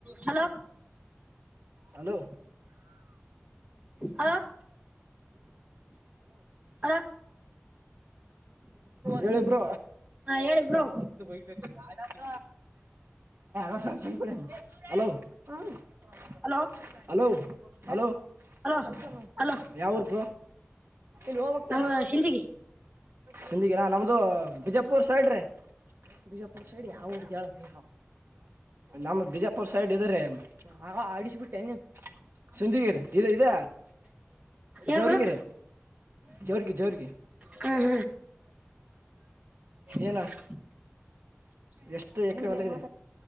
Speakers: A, on the right (about 25°); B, on the right (about 60°).
A: Hello
B: hello
A: ಹಾ ಅದ
B: ಹೇಳಬ್ರ
A: ಹಾ ಹೇಳಿ ಬ್ರೋ
B: ಅವತ್ತು ಹ ಅ ಸ ಶ ಹಲೋ ಹ
A: ಹಲೋ
B: ಹಲೋ ಹಲೋ
A: ಹಲೋ
B: ಕೆಲ್ಸ
A: ಹಲೋ
B: ಯಾವ್ರಗ ಇಲ್ಲಿ ಹೋಗಕ್ತಾ
A: ನಮ್ಮ ಸಿಂದಗಿ
B: ಸಿಂದಗರಾ ನಮ್ದು ಬಿಜಾಪುರ್ ಸೈಡ್ ಬಿಜಾಪುರ್ ಸೈಡ್ ಯಾವ ಹೇಳ ನೀ ನಮ್ಮ ಬಿಜಾಪುರ್ ಸೈಡ್ ಇದ್ರ ಆ ಆಡಿಸ್ಬಿಟ್ಟೆ ನೀ ಸುಧಿಗಿರಿ ಇ ಇದ
A: ಏನ್
B: ಜರಿಗಿರಿ
A: ಬ್ರೋ
B: ಜೋರಿಗೆ ಜೋರಿಗೆ
A: ಹ್ಮ್ ಹ್
B: ಏನ ಎಷ್ಟು ಎಕರೆಲ್ಲ ಇದೆ